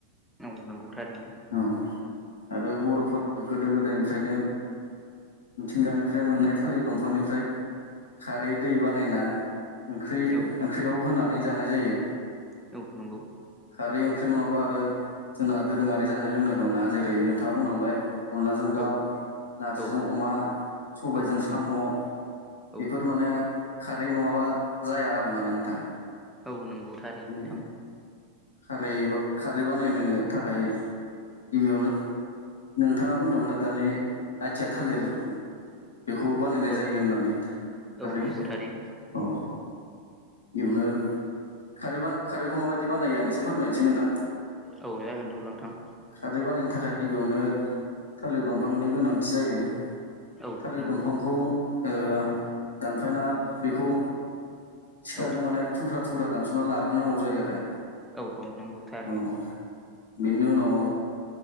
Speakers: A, in the centre; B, on the left.
A: नंगौ थारैङनो।
B: औ आरो बर'फोरा गोदो गोद गोदोनिफ्रायनो मिथिंगानिफ्राय मोननाय थालिर दंफांनिफ्राय खारै दै बानायना ओंख्रि
A: औ
B: ओंख्रियाव होनानै जानाय जायो।
A: औ नंगौ।
B: खारै ओंख्रि नङाबा आरो जोंहा दोरोङारि जानाय लोंनाय दंना जेरै नोंथाङा बुंलांबाय। अनलाजों दाउ
A: औ
B: नारजिजों
A: औ औ
B: अमा सबायजों
A: औ नंगौ
B: साम'।
A: औ
B: बेफोर माने खारै नङाबा जाया आरो माने नोंथां।
A: औ नंगौ थारै
B: बिदिनो
A: नोंथां।
B: खारै खारै बानायनो थाखाय। गिबियावनो नोंथाङा बुंदोंमोनना दानि आथिया थालिर। बेखौ बानायनाय
A: औ
B: जायो होननानै खारै
A: औ नंगौ थारैनो
B: औ। बेयावनो खारै खारैखौ माबायदि बानायो आं एसे फोरमायनोसै नोंथां।
A: औ जागोन दे लां थां।
B: खारै बानायनो थाखाय गिबियावनो थालिर दंफांनि गोनांथि जायो।
A: औ
B: थालिर
A: नंगौ
B: दंफांखौ ओ दानफायना बेखौ सिखाजों
A: औ
B: माने थुख्रा थुख्रा दानस'ना लाग्रोनांगौ जायो आरो
A: औ औ नंगौ थारैनो।
B: औ बेनि उनाव